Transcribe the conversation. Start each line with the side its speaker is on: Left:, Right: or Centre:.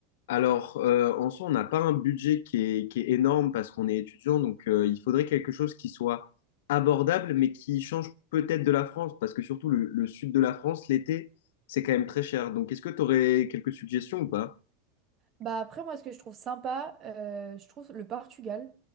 Left: Alors, euh, en soi, on n'a pas un budget qui est, qui est énorme parce qu'on est étudiant, donc euh, il faudrait quelque chose qui soit abordable, mais qui change peut-être de la France, parce que surtout le, le sud de la France, l'été, c'est quand même très cher. Donc, est-ce que tu aurais quelques suggestions ou pas?
Right: Bah après, moi, ce que je trouve sympa, euh, je trouve le Portugal.